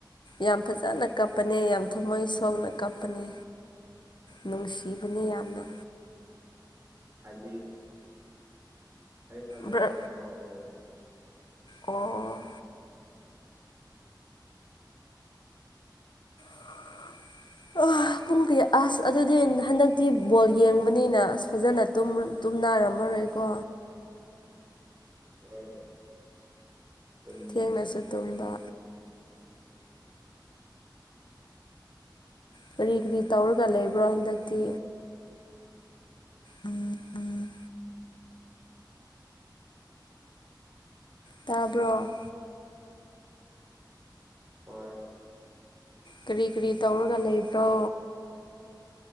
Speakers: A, on the left; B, on the right.
A: ꯌꯥꯝ ꯐꯖꯅ ꯀꯞꯄꯅꯦ ꯌꯥꯝ ꯊꯃꯣꯏ ꯁꯣꯛꯅ ꯀꯞꯄꯅꯦ ꯅꯨꯡꯁꯤꯕꯅꯦ ꯌꯥꯝꯅ
B: ꯍꯥꯏꯗꯤ ꯑꯩ ꯐꯖꯅ
A: ꯕ꯭ꯔ
B: ꯌꯦꯡꯍꯧꯗ꯭ꯔꯦꯕ
A: ꯑꯣ <inaudible> ꯑ ꯄꯨꯡ ꯀꯌꯥ ꯑꯁ ꯑꯗꯨꯗꯤ ꯍꯟꯗꯛꯇꯤ ꯕꯣꯜ ꯌꯦꯡꯕꯅꯤꯅ ꯑꯁ ꯐꯖꯅ ꯇꯨꯝ ꯇꯨꯝꯅꯥꯔꯝꯃꯔꯣꯏꯀꯣ
B: ꯍꯣꯏ ꯇꯨꯝꯗꯦ
A: ꯊꯦꯡꯅꯁꯨ
B: ꯇꯨꯝꯗꯦ
A: ꯇꯨꯝꯕ ꯀꯔꯤ ꯀꯔꯤ ꯇꯧꯔꯒ ꯂꯦꯕ꯭ꯔꯣ ꯍꯟꯗꯛꯇꯤ ꯎꯝ ꯎꯝ ꯇꯥꯕ꯭ꯔꯣ
B: ꯍꯣꯏ
A: ꯀꯔꯤ ꯀꯔꯤ ꯇꯧꯔꯒ ꯂꯩꯕ꯭ꯔꯣ